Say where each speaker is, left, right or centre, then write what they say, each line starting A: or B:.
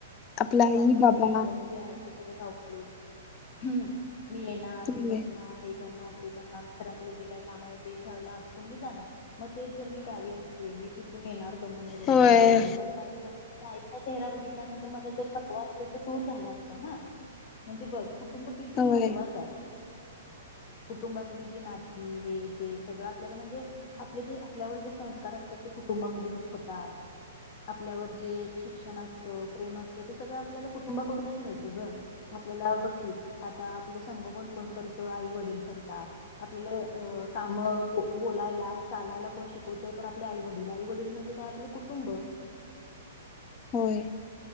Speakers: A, on the left; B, on the left.
A: आपल्या
B: तर
A: आई
B: अगं बघ
A: बाबा
B: की, हे जीवन जे आहे, ते सगळच धावपळीत हुं. मी येणार,
A: होय
B: मी बसणार, हे करणार जे काय काम घरातलं जे काय काम आहे ते सगलं आटपून मी जाणार, मग तेच जर मी गावी असते मी पी पिन येणार दमून वगैरे
A: होय
B: काम करून बट <unintelligible> त्या आईचा चेहरा बघितल्यानंतर माझा जो थकवा असतोय तो दूर झाला असता ना म्हणजे बघ कुटुंब किती
A: होय
B: महत्त्वाचाय कुटुंबातली जी नाती हे ते सगळं आपल्याला म्हणजे आपलं जे आपल्यावर जे संस्कार असतात ते कुटुंबामधूनच होतात, आपल्यावर जे शिक्षण असत, प्रेम असत ते सगळं आपल्याला कुटुंबाकडूनच मिळतं ग, आपल्याला बग की आता आपलं संगोपन कोण करतं, आई वडील करतात, आपल अ काम, बो बोलायला, चालायला कोण शिकवत तर आपले आई वडील, आई वडील म्हणजे काय आपलं कुटुंब
A: होय.